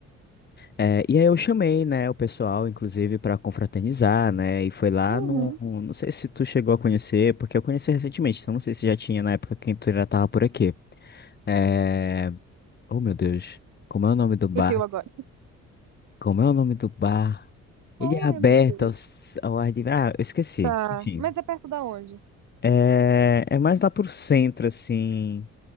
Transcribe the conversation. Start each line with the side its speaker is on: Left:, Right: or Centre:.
Left: é, e aí eu chamei, né, o pessoal, inclusive, pra confraternizar, né? E foi lá
Right: Uhum.
Left: no, não sei se tu chegou a conhecer, porque eu conheci recentemente, então não sei se já tinha na época que tu já tava por aqui. É, oh meu Deus, como é o nome do bar?
Right: Fugiu agora.
Left: Como é o nome do bar?
Right: Qual
Left: Ele é aberto
Right: é, meu Deus?
Left: ao, s- ao ar livre. Ah, eu esqueci.
Right: Tá.
Left: Enfim.
Right: Mas é perto da onde?
Left: É, é mais lá pro centro, assim.